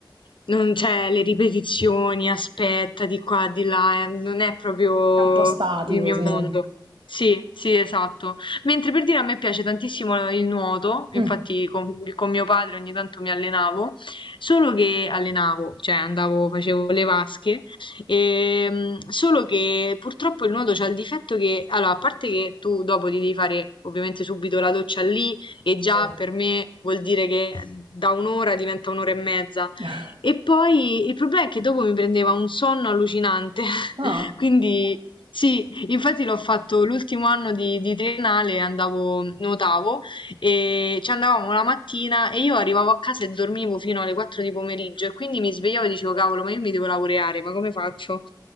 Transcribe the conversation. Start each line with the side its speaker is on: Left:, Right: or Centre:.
Left: non c'è le ripetizioni, aspetta di qua, di là, eh, non è proprio
Right: è un po' statico,
Left: il mio
Right: sì.
Left: mondo. Sì, sì, esatto. Mentre per dire a me piace tantissimo il nuoto, infatti
Right: Mm.
Left: con, con mio padre ogni tanto mi allenavo. Solo che allenavo, cioè andavo, facevo le vasche, ehm, solo che purtroppo il nuoto c'ha il difetto che, allora, a parte che tu dopo ti devi fare ovviamente subito la doccia lì e già
Right: Certo.
Left: per me vuol dire che da un'ora diventa un'ora e mezza.
Right: <laughs>
Left: E poi il problema è che dopo mi prendeva un sonno allucinante, <laughs>
Right: Ah,
Left: quindi sì, infatti l'ho fatto l'ultimo anno di, di triennale, andavo, nuotavo e ci andavamo la mattina e io arrivavo a casa e dormivo fino alle 4 di pomeriggio e quindi mi svegliavo e dicevo, cavolo, ma io mi devo laureare, ma come faccio?